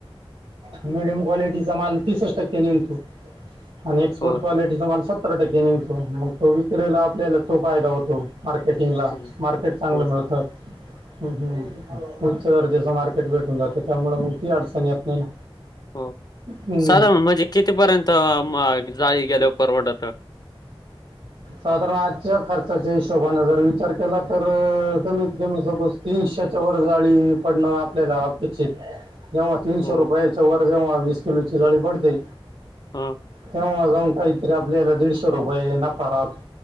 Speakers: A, on the right; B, on the left.
A: मीडियम क्वालिटीचा माल तीसच टक्क्यांनी. <unintelligible> आणि एक्सपोर्ट
B: हो
A: क्वालिटीचा
B: का
A: माल सत्तर टक्के <unintelligible> मग, तो विक्रीेला आपल्याला तो फायदा होतो. मार्केटिंगला,
B: हो
A: मार्केट चांगलं
B: हो
A: मिळतं. हम्म हम्म, उच्च दर्जेच मार्केट भेटून जातं, त्यामुळं मग ती अडचण येत नाही ना.
B: हो
A: हम्म.
B: साधारण म्हणजे कितीपर्यंत <unintelligible> गेल्यावर परवडत?
A: साधारण आजच्या खर्चाच्या हिशोबाने जर विचार केला, तर कमीत कमी सोबत तीनशेच्या वर <unintelligible> पडणं आपल्याला अपेक्षित जेव्हा तीनशे
B: हो
A: रुपयाच्यां
B: का
A: वर जेव्हा वीस किलो ची <unintelligible> पडते.
B: हा.
A: तेव्हा जाऊन काहीतरी आपल्याला दीडशे रुपये नफा राहतं